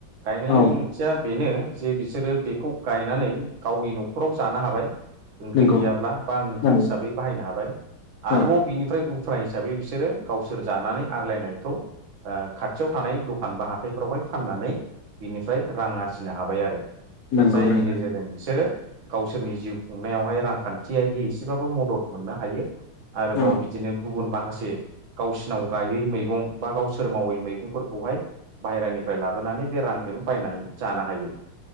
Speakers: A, on the right; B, on the left.
A: गायनायनि
B: औ
A: ओंथिया बेनो जे बिसोरो बेखौ गायनानै गावनि न'खराव जानो हाबाय। ओंख्रि
B: नंगौ
A: गैयाब्ला बा ओंख्रि
B: नंगौ
A: हिसाबै बाहायनो हाबाय आरोबाव
B: औ नंगौ औ
A: बिनि <unintelligible> उफ्रा हिसाबै बिसोरो गावसोर जानानै आग्लायनायखौ आ खाथियाव थानाय दखान बा हाथायफ्रावहाय फाननानै बिनिफ्राय रां आरजिनो हाबाय आरो।
B: नंगौ
A: जायनि
B: नोंथां
A: गेजेरजों बिसोरो गावसोरनि जिउ खुंनायावहाय रांखान्थियारियै एसेबाबो मदद मोननो हायो आरोबाव
B: औ
A: बि दिनो गुबुन माखासे गावसिनाव गायै मैगं बा गावसोर मावै मैगंफोरखौहाय बायह्रानिफ्राय लाबोनानै बे रांजों बायनानै जानो हायो।